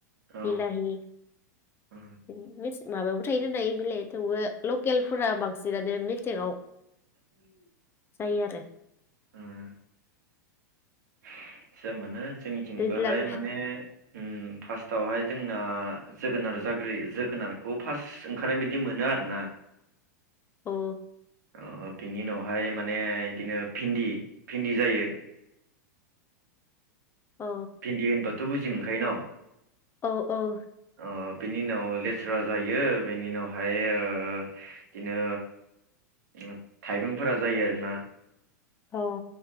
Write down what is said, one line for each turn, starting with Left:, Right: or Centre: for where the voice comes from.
Right: अ
Left: बिलाहि
Right: उम
Left: बिनिफ्राय मिथ माबायावबो थायो दायो बिलाइ थेवबो लकेलफोरा बांसिनानो मेसेङाव
Right: उम
Left: जायो आरो।
Right: उम <unintelligible> जोंनि थिं
Left: दैज्लां
Right: बोहाय माने ओम फासतावहाय जोंना जोगोनार जाग्रो जोगोनारखौ फास ओंखारनाय बायदि मोनो आरोना
Left: ओ
Right: ओ बिनि उनावहाय माने बिदिनो फिन्दि फिन्दि जायो।
Left: औ
Right: भिन्दि होनबा थ' बुजि मोनखायो न?
Left: औ औ
Right: ओ बिनि उनाव लेस्रा जायो बेनि उनावहाय ओ बिदिनो ओ थाइबेंफोरा जायो आरोना।
Left: औ